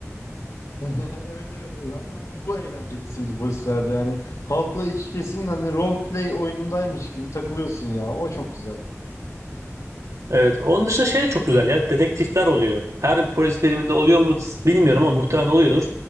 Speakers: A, on the left (about 85°); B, on the right (about 75°).
A: <laughs> Evet evet zaten hani bu eğlenceli sivil polislerde yani halkla iç içesin hani role play oyunundaymış gibi takılıyorsun ya o çok güzel.
B: Evet. Onun dışında şey de çok güzel ya. Dedektifler oluyor. Her polis biriminde oluyor mu bilmiyorum ama muhtemelen oluyordur.